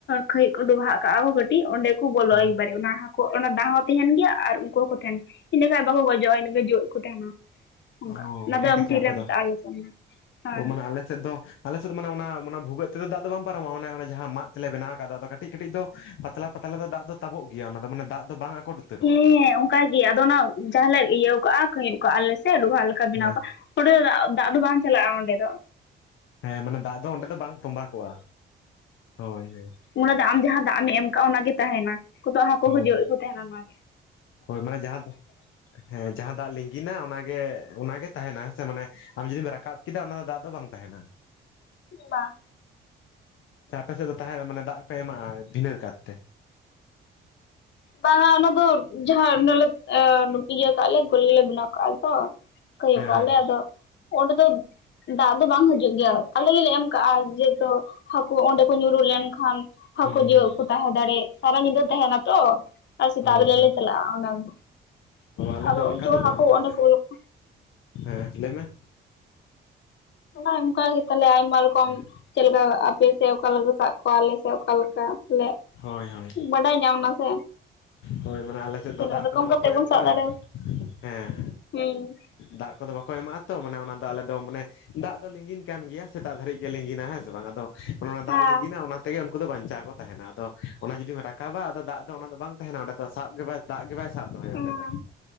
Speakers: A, on the left; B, on the left.
A: ᱠᱷᱟᱹᱭᱳ ᱠᱚ ᱰᱚᱵᱷᱟᱜ ᱠᱟᱜᱼᱟ ᱠᱚ ᱠᱟᱹᱴᱤᱡ ᱚᱸᱰᱮ ᱠᱩ ᱵᱚᱞᱚ
B: ᱦᱮᱸ
A: ᱟᱠᱚ ᱮᱤᱵᱟᱨᱮ ᱚᱱᱟ ᱚᱱᱟ ᱫᱟᱜ ᱦᱚᱸ ᱛᱟᱦᱮᱱ ᱜᱮᱭᱟ ᱟᱨ ᱩᱱᱠᱩ ᱦᱚᱸᱠᱚ ᱛᱟᱦᱮᱱ ᱤᱸᱰᱮ ᱠᱷᱟᱱ ᱵᱟᱝ ᱠᱚ ᱜᱚᱡᱚᱜᱼᱟ ᱤᱱᱟ ᱡᱤᱭᱮᱫ ᱠᱚ ᱛᱟᱦᱮᱸᱱᱟ᱾ ᱚᱱᱠᱟ
B: ᱚ
A: ᱚᱱᱟ ᱫᱚ ᱟᱢᱴᱷᱤ
B: ᱠᱟᱛᱮ ᱟᱯᱮ
A: ᱞᱮ ᱢᱮᱛᱟᱜᱼᱟ
B: ᱫᱚ
A: ᱟᱞᱮ ᱥᱮᱱ ᱫᱚ ᱦᱮᱸ,
B: ᱚ ᱢᱟᱱᱮ ᱟᱞᱮ ᱥᱮᱫ ᱫᱚ ᱟᱞᱮ ᱥᱮᱫ ᱫᱚ ᱢᱟᱱᱮ ᱚᱱᱟ ᱵᱷᱩᱜᱟᱹ ᱛᱮᱫᱚ ᱫᱟᱜ ᱫᱚ ᱵᱟᱝ ᱯᱟᱨᱚᱢᱚᱜᱼᱟ ᱢᱟᱱᱮ ᱚᱱᱟ ᱡᱟᱦᱟᱸ ᱢᱟᱫ ᱛᱮᱞᱮ ᱵᱮᱱᱟᱣ ᱟᱠᱟᱫᱟ ᱟᱫᱚ ᱠᱟᱹᱴᱤᱡ ᱠᱟᱹᱴᱤᱡ ᱫᱚ ᱯᱟᱛᱞᱟ ᱯᱟᱛᱞᱟ ᱫᱚ ᱫᱟᱜ ᱫᱚ ᱛᱟᱵᱚᱜ ᱜᱮᱭᱟ ᱚᱱᱟ ᱫᱚ ᱢᱟᱱᱮ ᱫᱟᱜ ᱫᱚ ᱵᱟᱝ ᱟᱠᱚᱴ ᱩᱛᱟᱹᱨᱚᱜᱼᱟ᱾
A: ᱦᱮᱸ ᱚᱱᱠᱟ ᱜᱮ ᱟᱫᱚ ᱚᱱᱟ ᱡᱟᱦᱟᱸ ᱞᱮ ᱤᱭᱟᱹ ᱠᱟᱜᱼᱟ ᱠᱷᱟᱹᱭᱟᱜᱼᱟ ᱟᱞᱮ ᱥᱮᱫ ᱰᱚᱵᱷᱟ ᱞᱮᱠᱟ ᱠᱟ ᱵᱮᱱᱟᱣ
B: ᱦᱮᱸ
A: ᱠᱟᱜᱼᱟ ᱚᱸᱰᱮ ᱫᱚ ᱫᱟᱜ ᱫᱚ ᱵᱟᱝ ᱪᱟᱞᱟᱜᱼᱟ ᱚᱸᱰᱮ ᱫᱚ᱾
B: ᱦᱮᱸ ᱢᱟᱱᱮ ᱫᱟᱜ ᱫᱚ ᱚᱸᱰᱮ ᱫᱚ ᱵᱟᱝ ᱛᱵᱟ ᱠᱚᱜᱼᱟ ᱦᱳᱭ ᱦᱳᱭ,
A: ᱚᱱᱮ ᱫᱚ ᱟᱢ ᱡᱟᱦᱟᱸ ᱫᱟᱜ ᱮᱢ ᱠᱟᱜ ᱚᱱᱟᱜᱮ ᱛᱟᱦᱮᱸᱱᱟ ᱩᱱᱠᱩᱫᱚ ᱦᱟᱹᱠᱩ
B: ᱦᱳᱭ
A: ᱡᱤᱭᱮᱫ ᱜᱮ ᱠᱚ ᱛᱟᱦᱮᱱᱟ ᱱᱚᱣᱟ
B: ᱦᱳᱭ ᱢᱟᱱᱮ ᱡᱟᱦᱟᱸ ᱦᱮᱸ ᱡᱟᱦᱟᱸ ᱫᱟᱜ ᱞᱤᱸᱜᱤᱱᱟ ᱚᱱᱟᱜᱮ ᱚᱱᱟᱜᱮ ᱛᱟᱦᱮᱱᱟ ᱦᱮᱸ ᱥᱮ ᱢᱟᱱᱮ ᱟᱢ ᱡᱩᱫᱤᱢ ᱨᱟᱠᱟᱵ ᱠᱮᱫᱟ ᱚᱱᱟ ᱫᱚ ᱫᱟᱜ ᱫᱚ ᱵᱟᱝ ᱛᱟᱦᱮᱱᱟ᱾
A: ᱵᱟᱝ,
B: ᱥᱮ ᱟᱯᱮ ᱥᱮᱫ ᱫᱚ ᱛᱟᱦᱮᱱᱟ ᱢᱟᱱᱮ ᱫᱟᱜ ᱯᱮ ᱮᱢᱟᱜᱼᱟ ᱵᱷᱤᱱᱟᱹ ᱫᱷᱤᱱᱟ ᱠᱟᱨᱛᱮ,
A: ᱵᱟᱝᱟ ᱚᱱᱟ ᱫᱚ ᱡᱟᱦᱟᱸ ᱚᱱᱟᱮ ᱟᱞᱮ ᱤᱭᱟᱹ ᱠᱟᱜ ᱞᱮ ᱜᱳᱞ ᱜᱮᱞᱮ ᱵᱮᱱᱟᱣ ᱠᱟᱜᱼᱟ ᱛᱚ᱾ ᱠᱷᱟᱹᱭᱳ
B: ᱦᱮᱸ
A: ᱠᱟᱭᱟᱜ
B: ᱦᱮᱸ
A: ᱞᱮ ᱫᱚ ᱚᱰᱮ ᱫᱚ ᱫᱟᱜ ᱫᱚ ᱵᱟᱝ ᱦᱤᱡᱩᱜ ᱜᱮᱭᱟ ᱟᱞᱮᱞᱮ ᱮᱢ ᱠᱟᱜᱼᱟ ᱡᱮᱛᱩ ᱦᱟᱹᱠᱩ ᱚᱸᱰᱮ ᱠᱚ ᱧᱩᱨᱩ ᱞᱮᱱᱠᱷᱟᱱ, ᱦᱟᱹᱠᱩ
B: ᱦᱩᱸ
A: ᱡᱤᱭᱮᱫ
B: ᱦᱩᱸ
A: ᱠᱚ ᱛᱟᱦᱮᱸ ᱫᱟᱲᱮᱭᱟᱜ ᱥᱟᱨᱟ ᱧᱤᱫᱟᱹ ᱛᱟᱦᱮᱱᱟ ᱛᱚ? ᱟᱨ ᱥᱮᱛᱟᱜ
B: ᱚ
A: ᱵᱮᱞᱟ
B: ᱦᱮᱸ
A: ᱞᱮ ᱪᱟᱞᱟᱜᱼᱟ ᱚᱱᱟ ᱟᱜᱩ
B: ᱚ ᱟᱞᱮ
A: ᱟᱫᱚ
B: ᱫᱚ ᱚᱱᱠᱟ
A: ᱩᱱ ᱡᱚᱠᱷ
B: ᱫᱚ
A: ᱦᱟᱹᱠᱩ
B: ᱵᱟᱝ
A: ᱚᱸᱰᱮ
B: ᱟᱞᱮ
A: ᱠᱚ ᱵᱚᱞ ᱠᱚ ᱟ᱾
B: ᱦᱮᱸ ᱞᱟᱹᱭ ᱢᱮ?
A: ᱟᱱᱟ ᱚᱱᱠᱟ ᱜᱮ ᱛᱟᱞᱮ ᱟᱭᱢᱟ ᱨᱚᱠᱚᱢ
B: ᱦᱮᱸ
A: ᱪᱮᱫ ᱞᱮᱠᱟ ᱟᱯᱮ ᱥᱮ ᱚᱠᱟ ᱥᱟᱵ ᱠᱚ ᱟᱞᱮ ᱥᱮᱱ ᱚᱠᱟ ᱞᱮᱠᱟ ᱢᱮᱫ
B: ᱦᱳᱭ ᱦᱳᱭ
A: ᱵᱟᱰᱟᱭ ᱧᱟᱢ ᱱᱟ ᱥᱮ,
B: ᱦᱳᱭ ᱢᱟᱱᱮ ᱟᱞᱮ ᱥᱮᱫ ᱫᱚ
A: ᱛᱤᱱᱟᱹᱜ
B: ᱫᱟᱜ
A: ᱨᱚᱠᱚᱢ
B: ᱠᱚᱫᱚ ᱵᱟᱠᱚ
A: ᱠᱟᱛᱮ
B: ᱮᱢ
A: ᱵᱚᱱ
B: ᱠᱟᱜᱼᱟ,
A: ᱥᱟᱵ ᱫᱟᱲᱮᱭᱟ
B: ᱦᱮᱸ
A: ᱦᱩᱸ
B: ᱫᱚᱜ ᱠᱚᱫᱚ ᱵᱟᱠᱚ ᱮᱢᱟᱜᱼᱟ ᱛᱚ ᱢᱟᱱᱮ ᱚᱱᱟ ᱫᱚ ᱟᱞᱮ ᱫᱚ ᱢᱟᱱᱮ ᱫᱟᱜ ᱫᱚ ᱞᱤᱸᱜᱤᱱ ᱠᱟᱱ ᱜᱮᱭᱟ ᱥᱮᱛᱟᱜ ᱫᱷᱟᱹᱨᱤᱡ ᱜᱮ ᱞᱤᱜᱤᱱᱟ ᱦᱮᱸ ᱥᱮ ᱵᱟᱝ ᱟᱫᱚ, ᱚᱱᱮ ᱚᱱᱟ
A: ᱦᱮᱸ
B: ᱫᱟᱜ ᱞᱤᱸᱜᱤᱱᱟ ᱚᱱᱟ ᱛᱮᱜᱮ ᱩᱱᱠᱩ ᱫᱚ ᱵᱟᱧᱪᱟᱣ ᱠᱚ ᱛᱟᱦᱮᱸᱱᱟ᱾ ᱟᱫᱚ ᱚᱱᱟ ᱡᱩᱫᱤᱢ ᱨᱟᱠᱟᱵᱟ ᱟᱫᱚ ᱫᱟᱜ ᱫᱚ ᱚᱱᱟ ᱫᱚ ᱵᱟᱝ ᱛᱟᱦᱮᱱᱟ ᱚᱸᱰᱮ ᱫᱚ ᱥᱟᱵ ᱜᱮᱵᱟ ᱫᱟᱜ ᱜᱮ ᱵᱟᱭ ᱥᱟᱵ ᱫᱚᱦᱚᱭᱟ
A: ᱦᱩᱸ
B: ᱚᱸᱰᱮ ᱫᱚ᱾